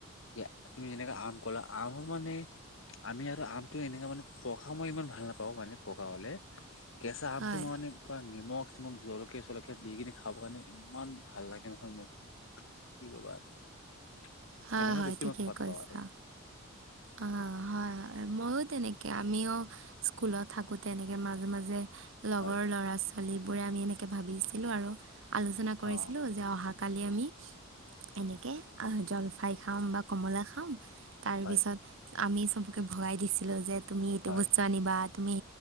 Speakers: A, on the left; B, on the right.
A: যে তুমি যেনেকে আম কলা আমৰ মানে আমি আৰু আমটো এনেককাে মানে পকা মই ইমান ভাল নাপাওঁ মানে পকা হলে কেঁচা আমটো
B: হয়,
A: মই মানে পৰা নিমখ চিমখ জলকা চলকিআ দি কিনি খাব কাৰণে ইমান ভাল লাগে নহয় মোক কি কবা এনেকা
B: হয় হয়
A: বেছি
B: ঠিকেই
A: ময় খৰত
B: কৈছা।
A: পাৱ আৰু
B: অ হয় হয় ময়ো তেনেকৈ আমিও স্কুলত থাকোঁ তেনেকৈ মাজে মাজে লগৰ
A: হয়
B: ল'ৰা ছোৱালী বোৰে আমি এনেকে ভাবিছিলো আৰু আলোচনা কৰিছিলো
A: অ
B: যে অহা কালি আমি এনেকে জলফাই খাওঁ বা কমলা খাওঁ তাৰপিছত
A: হয়
B: আমি চবকে ভগাই দিছিলোঁ যে তুমি এইটো
A: হয়
B: বস্তু আনিবা তুমি